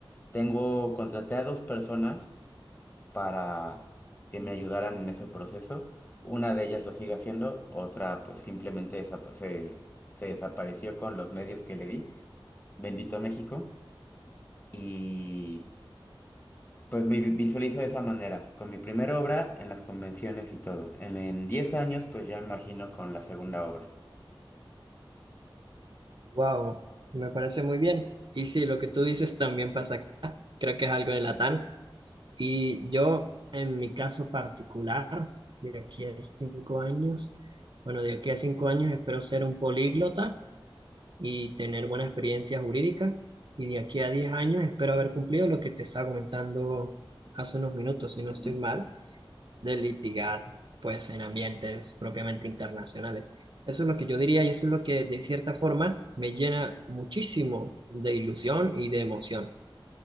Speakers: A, on the left; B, on the right.
A: Tengo, contraté a dos personas para que me ayudaran en ese proceso. Una de ellas lo sigue haciendo, otra pues simplemente desapa- se, se desapareció con los medios que le di. Bendito México. Y... Pues me vi- visualizo de esa manera, con mi primera obra en las convenciones y todo. En, en 10 años, pues ya imagino con la segunda obra.
B: Wow, me parece muy bien. Y sí, lo que tú dices también pasa acá, creo que es algo de Latam. Y yo, en mi caso particular, de aquí a cinco años, bueno, de aquí a cinco años espero ser un políglota y tener buena experiencia jurídica. Y de aquí a diez años espero haber cumplido lo que te estaba comentando hace unos minutos, si no
A: Ujú.
B: estoy mal, de litigar, pues, en ambientes propiamente internacionales. Eso es lo que yo diría y eso es lo que, de cierta forma, me llena muchísimo de ilusión y de emoción.